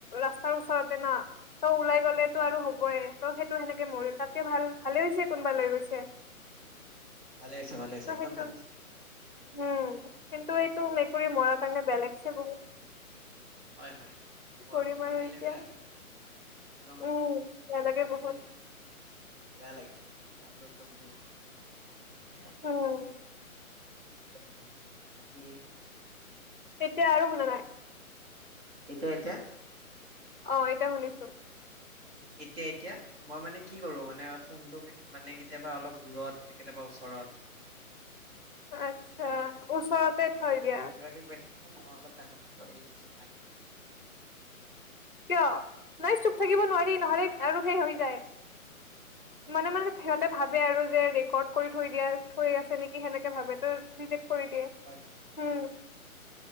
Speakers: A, on the left; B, on the right.
A: ৰাস্তাৰ ওচৰতে না। ত ওলাই গ'লেতো
B: অ
A: আৰু
B: অ
A: হবয়ে। ত সেইটো সেনেকে মৰিল। তাকে ভাল ভালে হৈছে কোনোবা লৈ গৈছে।
B: ভালে হৈছে ভালে হৈছে
A: ত'
B: একদম
A: সেইটো
B: ভালে হৈছে।
A: উম কিন্তু এইটো
B: উম
A: মেকুৰী
B: একদম
A: মৰাৰ
B: ভাল হৈছে
A: কাৰণে বেয়ালাগছে বহুত
B: হয় হয় মৰ
A: কৰিম
B: মৰিলে
A: আৰু এতিয়া
B: বেয়া লাগে দেই একদম
A: উম বেয়ালাগে
B: কি
A: বহুত।
B: বুলি কয় বেয়া লাগে মনটো একদম দুখ দুখ লাগিল। খেওঁ। <inaudible>
A: উম,
B: ওম বাকী। সেইগিটা।
A: এতিয়া আৰু শুনা নাই
B: <inaudible> এতিয়া, এতিয়া।
A: অ এতিয়া শুনিছো। <inaudible>
B: এতিয়া এতিয়া মই মানে। <inaudible> কি কৰো মানে ফোনটো মানে কেতিয়াবা অলপ দূৰত। কেতিয়াবা ওচৰত
A: আচ্ছা ওচৰতে থৈ
B: উম,
A: দিয়া।
B: কিবা কিবি কৈ থাকাচোন মই অলপ টাইমৰ কাৰণে হেৰি চুপ থাকিম।
A: কিয়? নাই চুপ থাকিব নোৱাৰি নহলে আৰু সেই হৈ যায় মনে মনে সিহঁতে ভাবে আৰু যে ৰেকৰ্ড কৰি থৈ দিয়া থৈ আছে নেকি সেনেকে ভাবে। উম, নিজে কৰি দিয়ে
B: হয় হয়
A: উম।